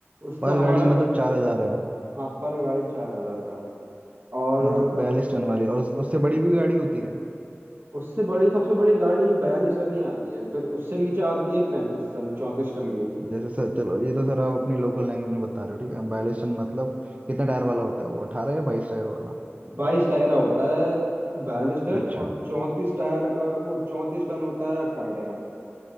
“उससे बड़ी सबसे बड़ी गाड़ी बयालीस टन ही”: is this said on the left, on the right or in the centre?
Right